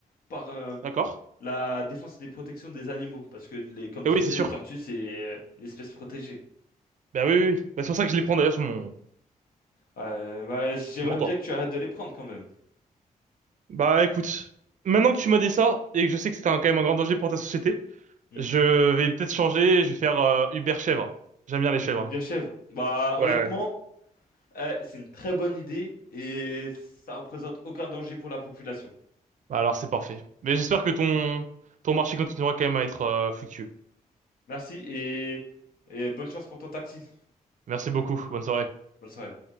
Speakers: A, on the left; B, on the right.
A: par euh,
B: D'accord.
A: la défense et des protections des animaux. Parce que, les, comme
B: Et
A: tu
B: oui,
A: sais,
B: c'est sûr.
A: les tortues, c'est euh, une espèce protégée.
B: Bah oui, oui, oui. Bah, c'est pour ça que je les prends d'ailleurs sur mon,
A: Euh, bah, j'aimerais
B: sur mon toit.
A: bien que tu arrêtes de les prendre quand même.
B: Bah écoute, maintenant que tu m'as dit ça, et que je sais que c'était un- quand même un grand danger pour ta société,
A: Hmm
B: je vais peut-être changer, je vais faire euh, Uber chèvre. J'aime bien les chèvres.
A: Les bières chèvres. Bah,
B: Ouais,
A: honnêtement,
B: ouais.
A: euh, c'est une très bonne idée et ça représente aucun danger pour la population.
B: Bah, alors c'est parfait. Mais j'espère que ton,
A: Ok.
B: ton marché continuera quand même à être euh, fructueux.
A: Merci et, et bonne chance pour ton taxi.
B: Merci beaucoup, bonne soirée.
A: Bonne soirée.